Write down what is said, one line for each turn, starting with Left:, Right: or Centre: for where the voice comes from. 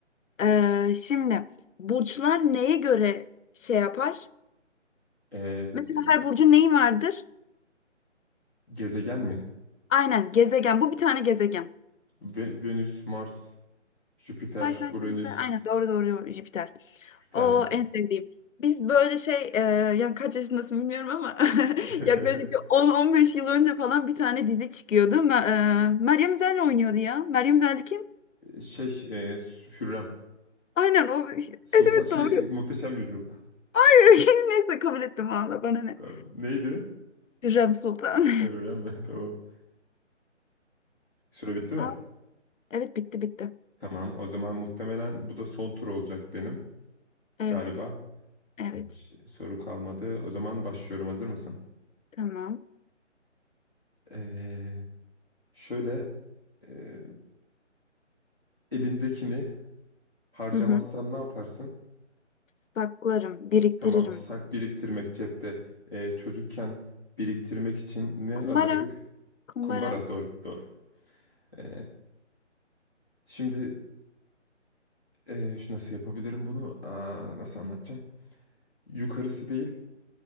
Left: Ee, şimdi burçlar neye göre şey yapar?
Centre: Eee,
Left: Mesela
Centre: e,
Left: her burcun neyi vardır?
Centre: gezegen mi?
Left: Aynen gezegen. Bu bir tane gezegen.
Centre: Ve- Venüs, Mars, Jüpiter,
Left: Say say
Centre: Uranüs.
Left: say say. Aynen doğru doğru doğru Jüpiter.
Centre: Jüpiter
Left: O
Centre: miydi?
Left: en sevdiğim. Biz böyle şey e, yani kaç yaşındasın bilmiyorum ama <laughs>
Centre: <laughs>
Left: yaklaşık bir 10-15 yıl önce falan bir tane dizi çıkıyordu. Ma- e, Meryem Üzer'le oynuyordu ya. Meryem Üzer'li kim?
Centre: Şey, eee Hürrem.
Left: Aynen o. Evet
Centre: Sultan
Left: evet
Centre: şey
Left: doğru.
Centre: Muhteşem Yüzyıl. <laughs>
Left: Hayır <laughs> neyse kabul ettim valla bana ne.
Centre: Tamam. Neydi?
Left: Hürrem Sultan.
Centre: Evren mi? <laughs> Tamam. Süre bitti
Left: <laughs>
Centre: mi?
Left: Aa, Evet bitti bitti.
Centre: Tamam. O zaman muhtemelen bu da son tur olacak benim
Left: Evet.
Centre: galiba.
Left: Evet.
Centre: Hiç soru kalmadı. O zaman başlıyorum. Hazır mısın?
Left: Tamam.
Centre: Ee, şöyle e, elindekini harcamazsan
Left: Hı hı.
Centre: ne yaparsın?
Left: Saklarım, biriktiririm.
Centre: Tamam, bir sak biriktirmek cepte. Ee, çocukken biriktirmek için ne
Left: Kumbara.
Centre: alırdık?
Left: Kumbara.
Centre: Kumbara. Doğru, doğru. Ee, şimdi e, şu nasıl yapabilirim bunu? Aa, nasıl anlatacağım? Yukarısı değil,